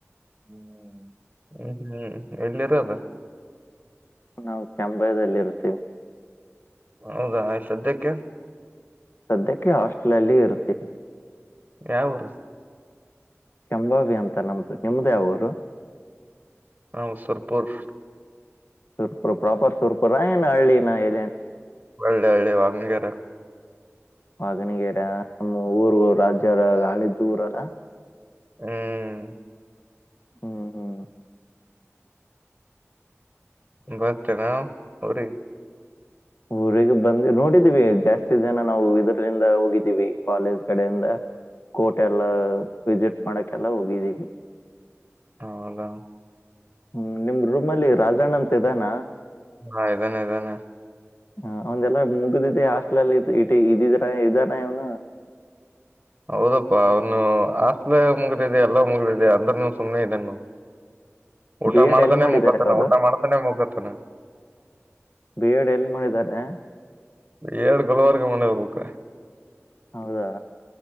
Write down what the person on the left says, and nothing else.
ನಾವು ಕೆಂಬೈದಲ್ಲಿ ಇರ್ತೀವಿ
ಸದ್ಯಕ್ಕೆ ಹಾಸ್ಟಲ್ ಅಲ್ಲಿ ಇರ್ತವಿ
ಕೆಂಬಬಿ ಅಂತ ನಮ್ದು ನಿಮ್ದೇ ಅವರು
ಸುರ್ಪುರು ಪ್ರಾಪರ್ ಸುರ್ಪುರ ಏನು ಹಳ್ಳಿಿನ ಎಲ್ಲನ್
ವಾಗಣಗೆರೆ ನಮ್ಮ ಊರು ರಾಜ್ಯರ ಗಾಳಿದ್ದು ಊರಲ್ಲ
ಹ್ಮ್ ಹ್ಮ್
ಊರಿಗೆ ಬಂದ ನೋಡಿದೀವಿ ಜಾಸ್ತಿ ಜನ ನಾವು ಇದರಿಂದ ಹೋಗಿದ್ದೀವಿ ಕಾಲೇಜ್ ಕಡೆಯಿಂದ ಕೋಟೆ ಎಲ್ಲ ವಿಸಿಟ್ ಮಾಡಕ್ಕೆಲ್ಲ ಹೋಗಿದೀವಿ
ಹ್ಮ್ ನಿಮ ರೂಮ ಅಲ್ಲಿ ರಾಜಣ್ಣ ಅಂತ ಇದಾನ
ಹ ಒಂದೆಲ್ಲ ಮುಗ್ದಿದ್ದ ಹಾಸ್ಟಲ್ಲ್ಲಿ ಇ ಇದಿದ್ರ ಇದಾರ ಅವನು
ಬಿ ಎಡ್
ಎಲ್ಲಿ ಮಾಡಿದ್ದಾರೆ
ಅವರು
ಬಿ ಎಡ್ ಎಲ್ಲಿ ಮಾಡಿದ್ದಾರೆ
ಹೌದಾ